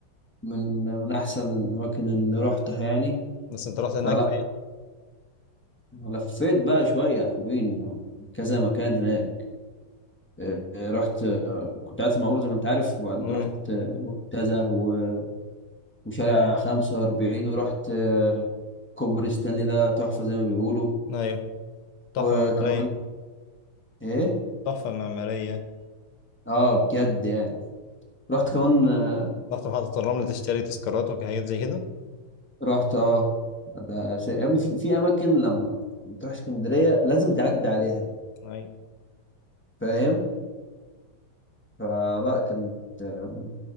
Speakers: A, on the left; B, on the left.
A: من من احسن الاماكن اللي روحتها يعني
B: بس انت رحت هناك
A: فلا
B: فين
A: لفيت بقى شويه حلوين كذا مكان هناك اه، رحت اه، كنت قاعد في المعموره زي ما انت عارف وبعد
B: امم
A: رحت اه، منتزه و- وشارع 45 ورحت اه، كوبري ستانلي ده تحفه زي ما بيقولوا
B: ايوه تحفه
A: وكمان
B: معماريه
A: ايه
B: تحفه معماريه
A: اه بجد يعني رحت كمان آه،
B: رحت محطه الرمل تشتري تذكارات وحاجات زي كده
A: رحت اه ده شيء يا ابني في, في اماكن لما بتروح اسكندريه لازم تعدي عليها
B: ايوه
A: فاهم فلا كانت آه،